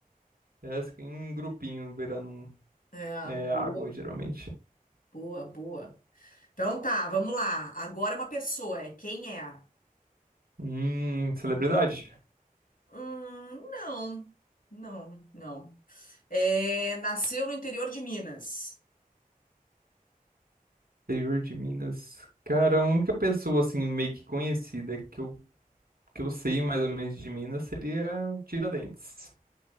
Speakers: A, on the right (about 85°); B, on the left (about 65°).
A: Essa fica em grupinho, beirando um-
B: É,
A: é, água,
B: boa,
A: geralmente.
B: boa, boa. Então tá, vamos lá. Agora é uma pessoa, é quem é?
A: Hum, celebridade.
B: Hum, não, não, não. É, nasceu no interior de Minas.
A: Interior de Minas. Cara, a única pessoa, assim, meio que conhecida que eu, que eu sei mais ou menos de Minas seria o Tiradentes.